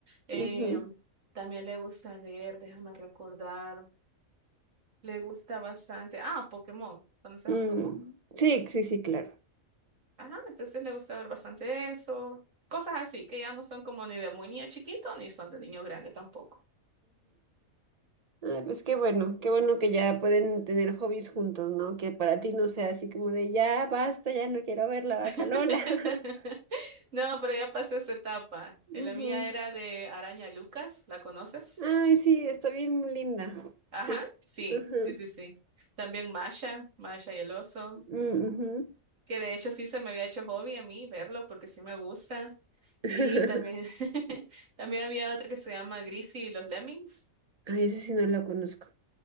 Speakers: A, on the right; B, on the right.
A: Eh,
B: ujú.
A: también le gusta ver, déjame recordar, le gusta bastante. Ah, Pokémon. ¿Conoces
B: Mm.
A: a Pokémon?
B: Sí, sí, sí, claro.
A: Ajá, entonces le gusta ver bastante eso. Cosas así, que ya no son como ni de muy niño chiquito, ni son de niño grande tampoco.
B: Ay, pues qué bueno, qué bueno que ya pueden tener hobbies juntos, ¿no? Que para ti no sea así como de ya basta, ya no quiero ver la vaca
A: <laughs>
B: Lola. <laughs>
A: No, pero ya pasó esa etapa. Eh, La
B: Ujú.
A: mía era de Araña Lucas, ¿la conoces?
B: Ay, sí, está bien linda.
A: Ajá,
B: Sí, es-
A: sí,
B: ujú.
A: sí, sí, sí. También Masha, Masha y el oso,
B: Mm, ujú.
A: que de hecho sí se me había hecho hobby a mí verlo porque sí me gusta.
B: <laughs>
A: Y también, <laughs> también había otra que se llama Greasy y los Lemmings.
B: Ay, ese sí no la conozco.